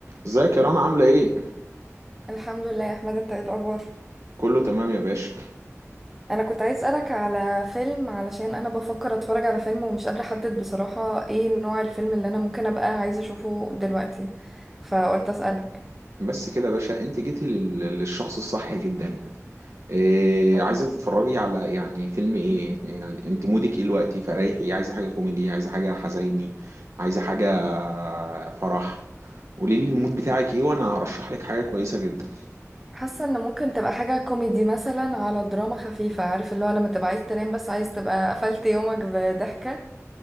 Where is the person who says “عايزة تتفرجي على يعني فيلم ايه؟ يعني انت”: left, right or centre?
Right